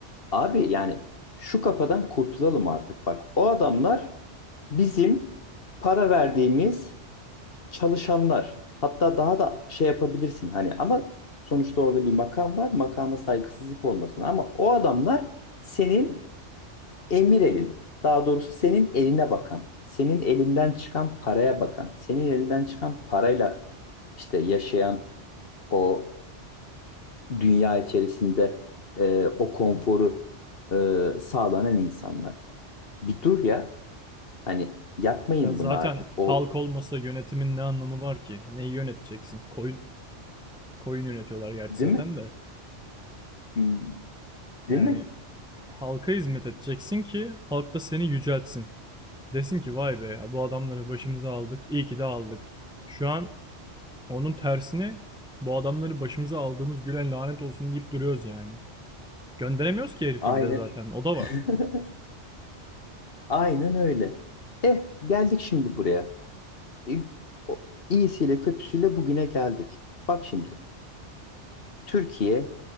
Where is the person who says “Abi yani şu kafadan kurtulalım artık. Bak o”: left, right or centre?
Left